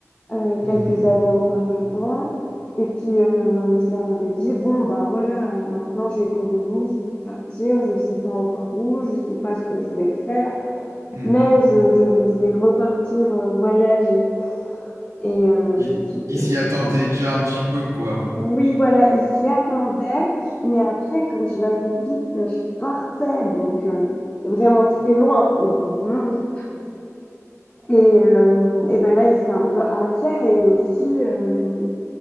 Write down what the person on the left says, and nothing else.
heu,
quelques années auparavant et puis, heu, je leur avais dit: «Bon, bah, voilà, heu, maintenant j'économise pour partir, je sais pas encore où, je sais pas ce que je vais faire,
mais je je je vais repartir, heu, voyager» et heu,
petit
à
petit
Oui, voilà, ils s'y attendaient. Mais après, quand je leur ai dit que je partais, donc euh, vraiment très loin, au bout du monde, et, euh, et ben là, ils étaient un peu inquiets et aussi, euh,